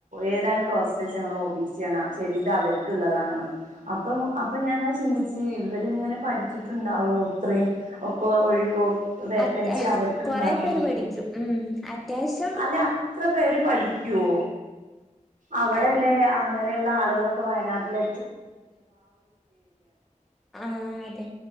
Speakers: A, on the right; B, in the centre.
A: ഏതാണ് കാസ്റ് ചോയ്ച്ചു അപ്പൊ ഞാൻ പറഞ്ഞു ഒ ബി സിയ ആണ് ശരി ഇത് അവർക്കുള്ളതാണ് ന്ന് അപ്പൊ അപ്പൊ ഞാൻങ്ങനെ ചിന്തിച്ച് ഇവരി ഇങ്ങനെ പഠിച്ചിട്ടുണ്ടാവുമോഇത്രയും ഒക്ക ഒരു വേക്കൻസി
B: അത്യാ
A: അവർക്ക്
B: കൊറെ
A: ഉണ്ടാവാൻ
B: പേര്
A: പോന്നു
B: പഠിക്കും ഉം അത്യാവശ്യം
A: അല്ല അത്ര പേര് പഠിക്കു അ്യോ അവിടെല്ലേ
B: അൽ
A: അങ്ങനെയുള്ള ആളുകളൊക്കെ വയനാട്ടിലെ
B: ആഹ അതെ